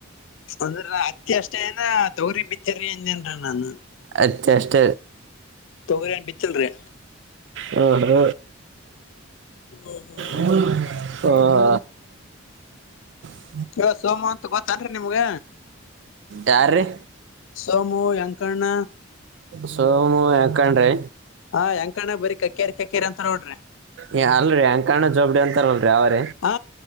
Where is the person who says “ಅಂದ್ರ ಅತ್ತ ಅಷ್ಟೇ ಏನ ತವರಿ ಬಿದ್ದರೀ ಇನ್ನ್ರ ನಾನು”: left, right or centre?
Left